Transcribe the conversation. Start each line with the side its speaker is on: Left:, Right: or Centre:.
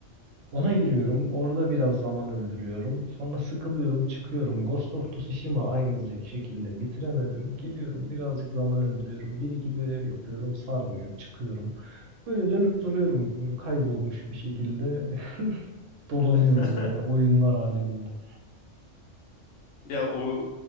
Right: Ona
Left: <laughs>
Right: giriyorum. Orada biraz zaman öldürüyorum. Sonra sıkılıyorum, çıkıyorum. Ghost of Tsushima aynı z- şekilde bitiremedim. Giriyorum, birazcık zaman öldürüyorum. Bir iki görev yapıyorum, sarmıyor, çıkıyorum. Böyle dönüp duruyorum kaybolmuş bir şekilde. <laughs> Dolanıyorum
Left: Hmm.
Right: yani oyunlar aleminde.
Left: Ya o